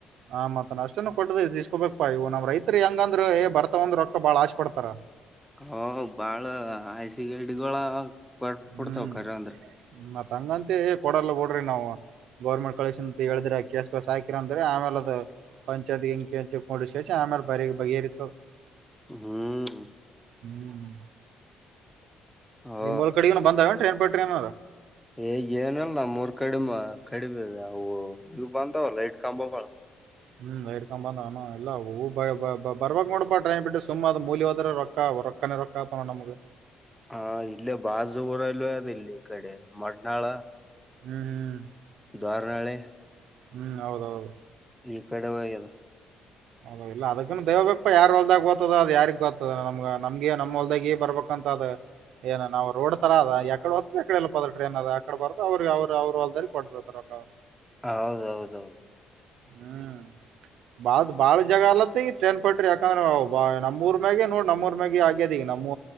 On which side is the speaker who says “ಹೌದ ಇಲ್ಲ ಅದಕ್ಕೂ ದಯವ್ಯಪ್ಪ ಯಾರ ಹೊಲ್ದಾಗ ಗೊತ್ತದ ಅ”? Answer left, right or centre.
Right